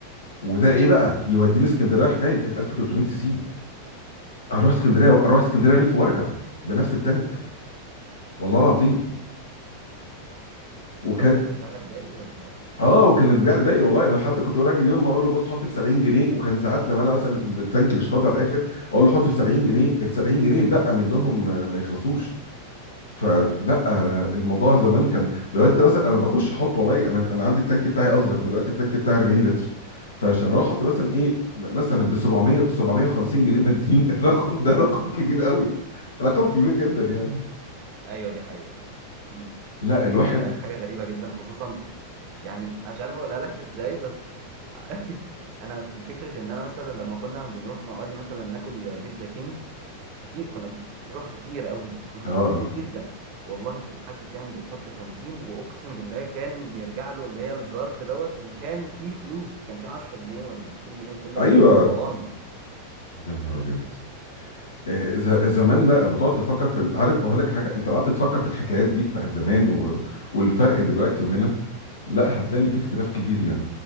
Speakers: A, on the left (about 70°); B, on the right (about 45°).
A: وده ايه بقى يوديني اسكندريه رايح جاي كانت 1300 سي سي اروح اسكندريه اروح اسكندريه الف وارجع بنفس التانك والله العظيم
B: وكان
A: وكان
B: بيرجع لك باقي ولا
A: اه وكان الرجاع لي باقي والله انا حتى كنت راجل يوم ما اقول له بص حط ب 70 جنيه وكان ساعات لما انا مثلا التانك مش فاضي على الاخر اقول له حط ب 70 جنيه ال 70 جنيه بقى منهم آه، ما يخلصوش فلا آه، الموضوع زمان كان دلوقتي ده مثلا انا بخش احط والله انا انا عندي التانك بتاعي اصغر دلوقتي التانك بتاعي 40 لتر فعشان اروح احط مثلا ايه م- مثلا ب 700 ب 750 جنيه بنزين <laughs> الرقم ده رقم كبير قوي رقم كبير جدا يعني
B: ايوه دي حقيقة مم.
A: لا الواحد
B: دي بقت حاجة غريبة جدا خصوصا يعني انا مش عارف اقولها لك ازاي بس <laughs> انا فكرة ان انا مثلا لما كنا بنروح مع والدي مثلا ناكل بيتزا كينج كتير كنا بنروح كتير قوي كنا
A: اه
B: بنروح
A: اه
B: كتير جدا والله الحاج كان بيحط خمسين واقسم بالله كان بيرجع له اللي هي الظرف دوت وكان فيه فلوس كان فيه عشرة جنيه ولا عشرين جنيه وكنا
A: ايوه
B: بنطلب صواني
A: يا نهار ابيض آه، ز- زمان لا بتقعد تفكر في ال- عارف اقول لك حاجه انت لو قعدت تفكر في الحكايات دي بتاعت زمان و... والفرق دلوقتي وهنا لا هتلاقي إن في اختلاف كبير يعني